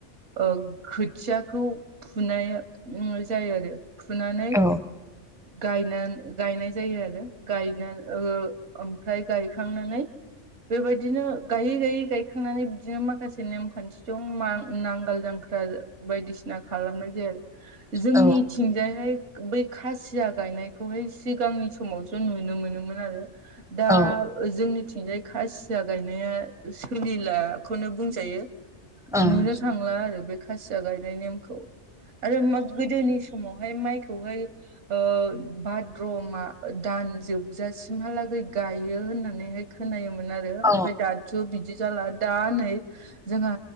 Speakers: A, on the right; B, in the centre.
A: ओ खोथियाखौ फुनाय उम जायो आरो फुनानै
B: औ
A: गायनानै गायनाय जायो आरो गायना ओ ओमफ्राय गायखांनानै बेबायदिनो गायै गायै गायखांनानै बिदिनो माखासे नेमखान्थि दं मा नांगाल जांख्रा बायदिसि ना खालामनाय जायो जोंनिथिंजायहाय
B: औ
A: बै खासि या गायनायखौहाय सिगांनि समावसो नुनो मोनोमोन आरो दा
B: ओं
A: जोंनिथिंजाय खासिया गायनाया सोलिला खौनो बुंजायो
B: ओं
A: नुनो थांला आरो बे खासिया गायनाय नेमखौ आरो गोदोनि समावहाय माइखौहाय ओ भाद्रमा दान जोबजासिमहालागै गायो होननानैहाय खोनायोमोन आरो
B: औ
A: ओमफ्राय दा थ' बिदि जाला दा नै जोंहा